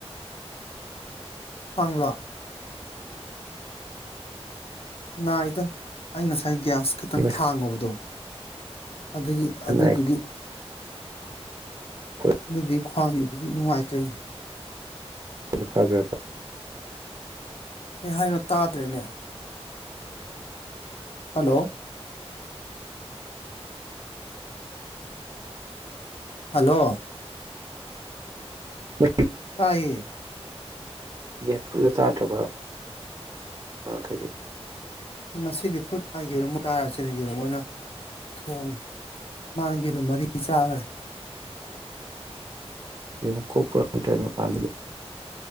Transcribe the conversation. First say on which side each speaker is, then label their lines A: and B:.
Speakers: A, on the left; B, on the right.
A: ꯈ꯭ꯣ ꯑꯩꯗ ꯑꯅ ꯑꯩ ꯒ꯭ꯌꯥꯁ ꯈꯤꯇꯪ
B: ꯃꯤ ꯃꯁꯥ
A: ꯊꯥꯡꯉꯨꯕꯗꯣ ꯑꯗꯨꯒꯤ ꯑꯗꯨꯗꯨꯒꯤ
B: ꯅꯥꯏ ꯈꯣꯠꯂꯤ
A: ꯑꯗꯨꯗꯤ ꯈ꯭ꯋꯥꯡꯁꯤ ꯍꯧꯖꯤꯛ ꯅꯨꯡꯉꯥꯏꯇ꯭ꯔꯦꯅꯦ
B: ꯑ ꯐꯖ
A: ꯀꯩ ꯍꯥꯏꯅꯣ ꯇꯥꯗ꯭ꯔꯦꯅꯦ ꯍꯜꯂꯣ ꯍꯜꯂꯣ
B: ꯎ
A: ꯇꯥꯏꯌꯦ
B: ꯌꯦꯟ ꯐꯨꯂ ꯆꯥꯗ꯭ꯔꯕ ꯃꯃꯥꯡꯈꯩꯗꯤ
A: ꯉꯁꯤꯗꯤ ꯐꯨꯠ ꯌꯦꯔꯨꯝ ꯀꯥꯏꯔꯁꯤꯅ ꯌꯦꯔꯨꯝ ꯑꯣꯏꯅ ꯊꯣꯡꯉꯦ ꯃꯥꯅ ꯌꯦꯔꯨꯝ ꯃꯔꯤ ꯆꯥꯈ꯭ꯔꯦ
B: ꯣ꯭ꯔ ꯄꯥꯟ